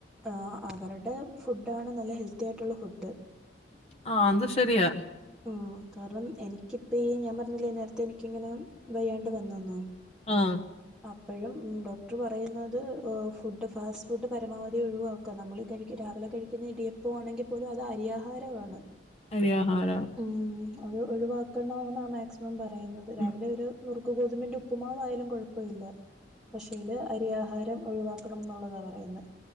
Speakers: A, in the centre; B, on the left (about 35°).
A: ആഹ് അവരുടെ ഫുഡാണ് നല്ല ഹെൽത്തി ആയിട്ടുള്ള ഫുഡ്.
B: ആ അത് ശെരിയാ.
A: മ് കാരണം എനിക്കിപ്പ ഈ ഞാൻ പറഞ്ഞില്ലേ നേരത്തെ എനിക്കിങ്ങനെ വയ്യാണ്ട് വന്നുന്ന്.
B: ആഹ്
A: അപ്പഴും ഡോക്ടർ പറയുന്നത് ഏഹ് ഫുഡ് ഫാസ്റ്റ് ഫുഡ് പരമാവധി ഒഴുവാ ക്ക നമ്മൾ ഈ കഴിക് രാവിലെ കഴിക്കുന്ന ഇടിയപ്പം ആണെങ്കിൽ പോലും അത് അരി ആഹാരവാണ്.
B: അരി ആഹാരം.
A: മ് അത് ഒഴിവാക്കണമെന്നാണ് മാക്സിമം പറയുന്നത്, രാവിലെ
B: ഉം.
A: ഒരു നുറുക്ക് ഗോതമ്പിന്റെ ഉപ്പുമാവ് ആയാലും കുഴപ്പോല്ല, പക്ഷേല് അരിയാഹാരം ഒഴിവാക്കണംന്നുള്ളതാ പറയുന്നെ,